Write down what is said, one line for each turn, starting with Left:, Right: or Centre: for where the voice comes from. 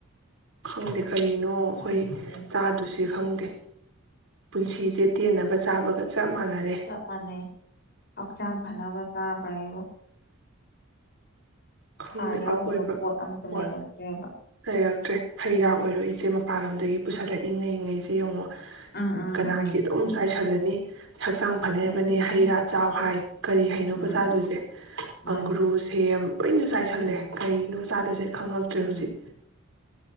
Right: ꯈꯪꯗꯦ ꯀꯔꯤꯅꯣ ꯑꯩꯈꯣꯏ
Left: ꯍꯧꯖꯤꯛꯁꯦ
Right: ꯆꯥꯗꯨꯁꯦ ꯈꯪꯗꯦ ꯄꯨꯟꯁꯤꯁꯦ ꯇꯦꯟꯅꯕ ꯆꯥꯕꯒ ꯆ ꯆꯞ ꯃꯥꯟꯅꯔꯦ
Left: ꯆꯞ ꯃꯥꯟꯅꯩ ꯍꯛꯆꯥꯡ ꯐꯅꯕ ꯆꯥꯕ꯭ꯔꯥ ꯍꯥꯏꯕꯨ
Right: ꯈꯪꯗ
Left: ꯍꯥꯔ ꯌꯥꯎꯗꯕ
Right: ꯑꯀꯣꯏꯕ
Left: ꯄꯣꯠ ꯑꯝꯇ
Right: ꯋꯥꯠ
Left: ꯂꯩꯔꯛꯇ꯭ꯔꯦꯕ
Right: ꯂꯩꯔꯛꯇ꯭ꯔꯦ ꯍꯩ ꯔꯥ ꯑꯣꯏꯔꯣꯏꯏ ꯏꯆꯦ ꯃꯄꯥꯟ ꯂꯝꯣꯝꯗꯒꯤ ꯄꯨꯁꯜꯂꯛꯏ ꯉꯩꯉꯩꯁꯦ ꯌꯦꯡꯉꯣ
Left: ꯎꯝ ꯎꯝ
Right: ꯀꯅꯥꯒꯤ
Left: ꯎꯝ
Right: ꯑꯗꯨꯝ ꯆꯥꯏꯁꯜꯂꯅꯤ
Left: ꯎꯝ
Right: ꯍꯛꯆꯥꯡ ꯐꯅꯕꯅꯦ
Left: ꯌꯥꯁꯤꯜꯂꯅꯤ
Right: ꯍꯩ ꯔꯥ ꯆꯥꯎ ꯍꯥꯏ ꯀꯔꯤ ꯍꯥꯏꯩꯅꯣꯕꯆꯥꯗꯨꯁꯦ
Left: ꯎꯝ ꯃꯥꯅꯤ
Right: ꯑꯪꯒ꯭ꯔꯨ ꯁꯦꯝ ꯂꯣꯏꯅ ꯆꯥꯏꯁꯜꯂꯦ
Left: ꯎꯝ
Right: ꯀꯔꯤꯅꯣ ꯆꯥꯗ ꯈꯪꯉꯛꯇ꯭ꯔꯦ ꯍꯧꯖꯤꯛ
Left: ꯎꯝ